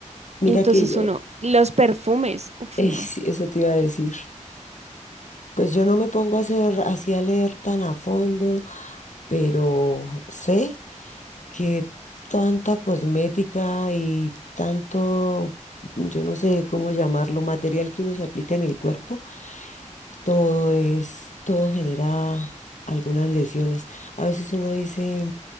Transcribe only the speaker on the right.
Y entonces
uno, los perfumes, uff,
no.